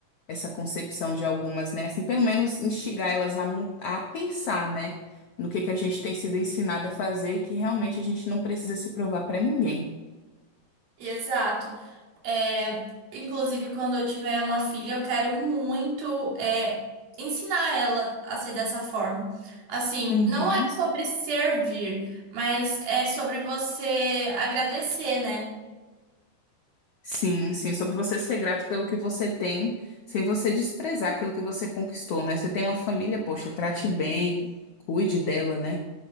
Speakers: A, on the left; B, on the right.
A: essa concepção de algumas, né? Assim, pelo menos instigar elas a, mu- a pensar, né? No que que a gente tem sido ensinada a fazer e que realmente a gente não precisa se provar para ninguém.
B: Exato. É, inclusive, quando eu tiver uma filha, eu quero muito é, ensinar ela a ser dessa forma. Assim,
A: Uhum.
B: não é sobre servir, mas é sobre você agradecer, né?
A: Sim, sim, é sobre você ser grato pelo que você tem, sem você desprezar aquilo que você conquistou, né? Você tem uma família, poxa, trate bem, cuide dela, né?